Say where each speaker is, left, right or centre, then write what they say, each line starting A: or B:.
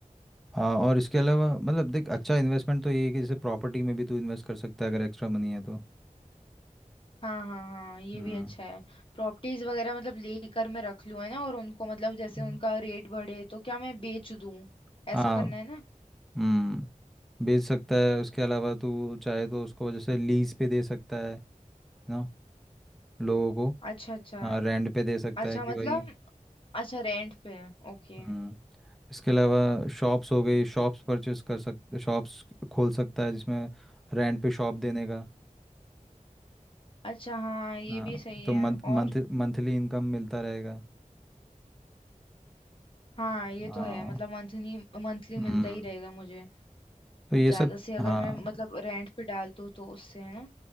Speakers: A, in the centre; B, on the left (about 40°).
A: हाँ और इसके अलावा मतलब देख अच्छा इन्वेस्टमेंट तो ये है कि जैसे प्रॉपर्टी में भी तू इन्वेस्ट कर सकता है अगर एक्स्ट्रा मनी है तो
B: हाँ हाँ हाँ ये
A: हम्म
B: भी अच्छा है प्रॉपर्टीज वगैरह मतलब लेकर मैं रख लूँ है ना और उनको मतलब जैसे
A: हम्म।
B: उनका रेट बढ़े तो क्या मैं बेच दूँ
A: हाँ
B: ऐसा करना है ना
A: हम्म बेच सकता है उसके अलावा तू चाहे तो उसको जैसे लीज पे दे सकता है ना लोगों को
B: अच्छा अच्छा
A: हाँ रेंट पे दे सकता
B: अच्छा
A: है कि
B: मतलब
A: भाई
B: अच्छा रेंट पे है ओके
A: हम्म इसके अलावा शॉप्स हो गई शॉप्स परचेस कर सकते शॉप्स खोल सकता है जिसमें रेंट पे शॉप देने का
B: अच्छा हाँ ये
A: हाँ
B: भी सही
A: तो
B: है
A: मंथ
B: और
A: मंथ मंथली इनकम मिलता रहेगा
B: हाँ ये
A: हाँ
B: तो है मतलब मंथली मंथली
A: हम्म
B: मिलता ही रहेगा मुझे
A: तो ये
B: ज्यादा
A: सब
B: से अगर
A: हाँ
B: मैं मतलब रेंट पे डाल दूँ तो उससे है ना